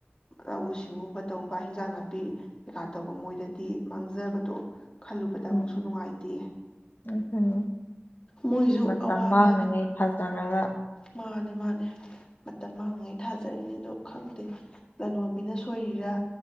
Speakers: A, on the left (about 25°); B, on the left (about 50°).
A: ꯂꯧꯎ ꯁꯤꯡꯎꯕ ꯇꯧꯕ ꯍꯤꯟꯖꯥꯡ ꯅꯥꯄꯤ ꯄꯤ ꯀꯩꯀꯥ ꯇꯧꯕ ꯃꯣꯏꯗꯗꯤ ꯃꯥꯡꯖꯕꯗꯣ ꯈꯜꯂꯨꯕꯗ
B: ꯎꯝ
A: ꯑꯃꯨꯛꯁꯨ ꯅꯨꯡꯉꯥꯏꯇꯦ
B: ꯑꯗꯨꯅꯤ
A: ꯃꯣꯏꯁꯨ
B: ꯃꯇꯝ
A: ꯑꯋꯥꯕ
B: ꯃꯥꯡꯅꯉꯩ ꯊꯥꯖꯔꯒ
A: ꯃꯥꯅꯦ ꯃꯥꯅꯦ ꯃꯇꯝ ꯃꯥꯡꯉꯩ ꯊꯥꯖꯔꯤꯅꯦ ꯑꯗꯣ ꯈꯪꯗꯦ ꯂꯂꯣꯟꯕꯤꯅ ꯁꯣꯏꯔꯤꯔꯥ